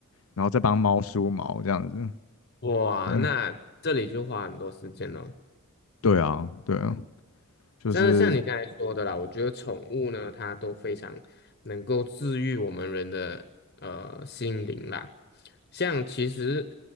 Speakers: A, on the left; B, on the left.
A: 然后再帮猫梳毛这样子，
B: 哇，
A: 对。
B: 那这里就花很多时间了。
A: 对啊，对啊，就是
B: 真的像你刚才说的啦，我觉得宠物呢，它都非常能够治愈我们人的呃心灵啦。像其实